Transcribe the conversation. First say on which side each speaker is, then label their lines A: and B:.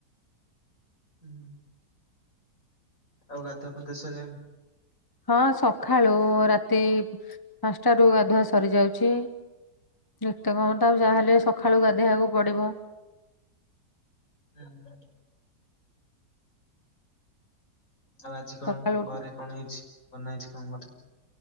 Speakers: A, on the left; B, on the left.
A: ହୁଁ ଆଉ ଗାଧୁଆ ପାଧୁଆ ସରିଲାନି?
B: ହଁ ସକାଳୁ ରାତି ଟାରୁ ଗାଧୁଆ ସରିଯାଉଛି ଏତ୍ୟକର୍ମ ତା ଯାହାହେଲେ ସକାଳୁ ଗାଧୋଇବାକୁ ପଡ଼ିବ।
A: ଉଁ। ଆଉ ଆଜି କଣ
B: ସକାଳୁ
A: ଘରେ କଣ ହେଇଛି ବନା ହେଇଛି କଣ ମତେ